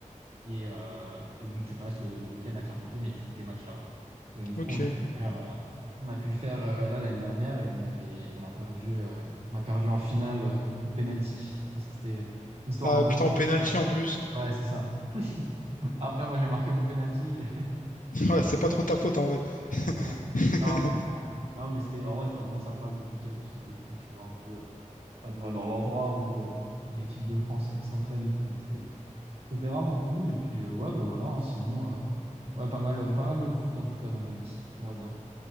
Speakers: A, on the right; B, on the left.
A: et, euh, et donc, tu passes le, le week-end à Clairefontaine et tu joues tes matchs là-bas. Et donc, du
B: Ok.
A: coup, on a pu le faire, euh, on a pu le faire euh, là l'année dernière et on avait, on a perdu, euh, on a perdu en finale euh, au penalty. Donc, ça, c'était une histoire
B: Ah
A: un peu
B: putain,
A: triste,
B: en penalty
A: mais
B: en plus.
A: ouais, c'est ça. Après, moi, j'ai marqué mon penalty, mais
B: <laughs> Ouais, c'est pas trop ta faute en vrai.
A: <laughs> bon.
B: <laughs>
A: Non, mais bon, euh, non, mais c'était en vrai, c'était vraiment sympa comme week-end parce que bon, du coup, tu vois un peu, euh, enfin, tu vois dans l'endroit où, euh, où l'équipe de France euh, s'entraîne et tout. Donc, c'était C'était vraiment cool. Et puis, euh, ouais, bah voilà, hein, sinon, euh, ouais, pas mal, euh, pas mal de foot en tout cas dans ma vie, on va dire.